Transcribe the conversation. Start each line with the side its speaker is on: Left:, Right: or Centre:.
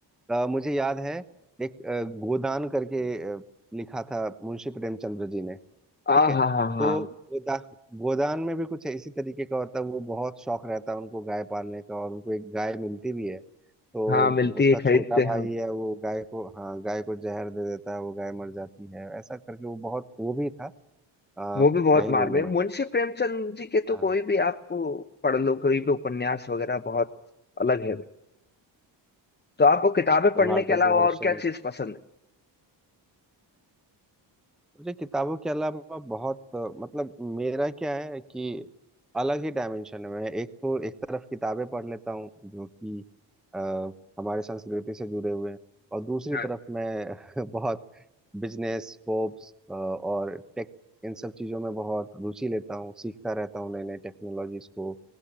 Centre: अ, मुझे याद है एक अ, गोदान करके अ, लिखा था मुंशी प्रेमचंद्र जी ने ठीक
Left: आ
Centre: है
Left: हा हा हा
Centre: तो गोदा गोदान में भी कुछ इसी तरीके का होता है वो बहुत शौक रहता है उनको गाय पालने का और उनको एक गाय मिलती भी है तो
Left: हाँ मिलती
Centre: उसका
Left: है खरीदते
Centre: छोटा भाई
Left: हैं
Centre: है वो गाय को हाँ गाय को जहर दे देता है वो गाय मर जाती है ऐसा करके वो बहुत वो भी था आ,
Left: वो
Centre: क्या
Left: भी बहुत
Centre: ही
Left: मार
Centre: बोलूं
Left: में
Centre: मैं
Left: मुंशी प्रेमचंद जी के तो
Centre: हाँ
Left: कोई भी आपको पढ़ लो कोई भी उपन्यास वगैरह बहुत अलग है तो आपको किताबें पढ़ने
Centre: भारतेंदु
Left: के अलावा
Centre: हरिश्चंद्र
Left: और क्या चीज पसंद
Centre: मुझे किताबों के अलावा बहुत मतलब मेरा क्या है कि अलग ही डायमेंशन में है मैं एक तो एक तरफ किताबें पढ़ लेता हूँ जो कि अ, हमारे संस्कृति से जुड़े हुए हैं और दूसरी
Left: है हाँ।
Centre: तरफ मैं <laughs> बहुत बिजनेस होप्स और टेक इन सब चीज़ों में बहुत रुचि लेता हूँ सीखता रहता हूँ नई नई टेक्नोलॉजीज को